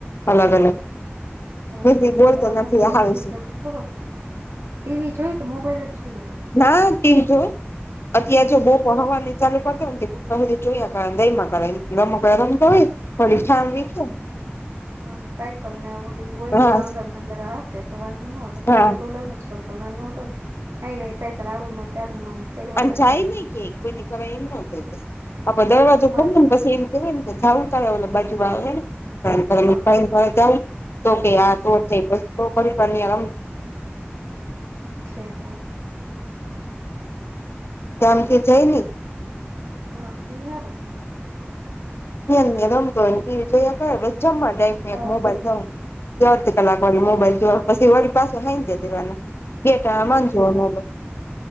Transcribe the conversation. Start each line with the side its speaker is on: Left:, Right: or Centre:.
Left: અલગ-અલગ
Right: હા હોય
Left: કોઈ
Right: તો
Left: દી
Right: બિચારો
Left: બોલતો નથી
Right: શું કરે
Left: એ હારુ
Right: પૂછે
Left: છે.
Right: તો ખરો ટીવી જોઈ કે મોબાઈલ જ જોઈ નકરો.
Left: ના ટીવ જોવે અત્યારે જો
Right: છે
Left: બૉપ હવારની ચાલુ કર દવ તે બપોર હુદી જોયા કરે ને રૈમાં કરે રમકડાં રમે તોય
Right: હા
Left: થોડી ઠામ વીતું
Right: હા હા સાયકલ ને એવું બધું હોય
Left: હા
Right: તો અંદર ને અંદર હાકે કા વાંધો ના આવેે
Left: હા
Right: અમારે તો ઓલા કરતો નાનો હતો ને આઈ નઈ સાયકલ આ રૂમમાંથી આ રૂમમાં. ફેરવા
Left: આમ
Right: રાખે
Left: જાય
Right: ને
Left: નહી કે કોઈને ઘરે એમ નો કહે પસી આપડ
Right: હા
Left: દરવાજો
Right: અમારે
Left: ખોલ ને પછી એમ કે જાવું તારે ઓલા બાજુ વાળા હેને ભાઈ
Right: હા
Left: ને ઘરે જાવું છે. તો કે હા તો છે તો પણ ફરી આમ રમ
Right: છે કોણ.
Left: તે હમકે જયની.
Right: હા હૈઆરુ.
Left: એમ ને એમ રમતો હોય ને ટીવી જોયા કરે પછી જમવા ટાઈમે
Right: હા
Left: એક મોબાઈલ દઉં. અર્ધી કલાક વળી મોબાઈલ જોવે હે પછી વળી પાસુ હાંજેય દેવાનું બે ટાણા માંગે હે મોબાઈલ.